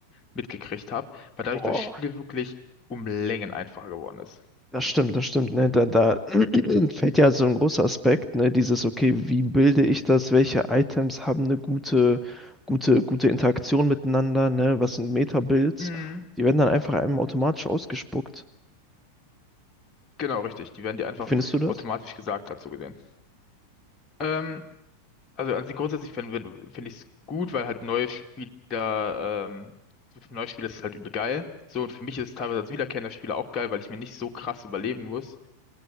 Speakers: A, on the left; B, in the centre.
A: mitgekriegt habe, weil dadurch
B: Boah.
A: das Spiel wirklich um Längen einfacher geworden ist.
B: Das stimmt, das stimmt, ne? Da, da <clears throat> fällt ja so ein großer Aspekt, ne? Dieses, okay, wie bilde ich das? Welche Items haben eine gute, gute, gute Interaktion miteinander, ne? Was sind Meta-Builds?
A: Mhm.
B: Die werden dann einfach einem automatisch ausgespuckt.
A: Genau, richtig. Die werden dir einfach
B: Wie findest du das?
A: automatisch gesagt, dazu gesehen. Ähm, also an sich grundsätzlich finde find ich es gut, weil halt neue Spieler, ähm, für neue Spieler ist es halt übel geil. So, und für mich ist es teilweise als wiederkehrender Spieler auch geil, weil ich mir nicht so krass überlegen muss,